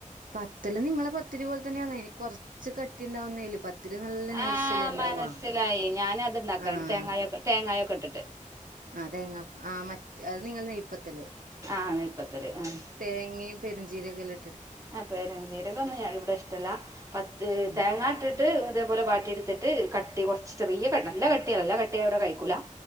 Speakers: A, on the right; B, on the right.
A: പത്തല് നിങ്ങള് പത്തിരി പോലെ തന്നെയാന്ന് ഇനി കൊറച്ച് കട്ടി ഉണ്ടാവുന്നേലു പത്തിരി നല്ല നൈയ്സല്ല
B: ആഹ്
A: ഉണ്ടാവാ
B: മനസ്സിലായി ഞാന് അത്ണ്ടാക്കാറുണ്ട്
A: ആഹ്
B: തേങ്ങായൊക്കെ തേങ്ങായൊക്കെ ഇട്ടിട്ട്
A: ആഹ് തേങ്ങ ആ മറ്റ അത് നിങ്ങൾ നെയ്യ് പത്തല്
B: ആഹ് നെയ്പ്പത്തല് ആഹ്
A: തേങ്ങയും പെരുംജീരൊകോം അല്ലെ
B: ആഹ് പെരുഞ്ചീരൊകൊന്നും ഇവിടെ ഇഷ്ടമല്ല പത്ത്
A: ഉം
B: തേങ്ങാട്ട് അത് അതേപോലെ വാട്ടിടുത്തിട്ട് കട്ടി കുറച്ച് ചെറിയ നല്ല കട്ടിയാ നല്ല കട്ടിയ ഇവിടെ കഴിക്കൂല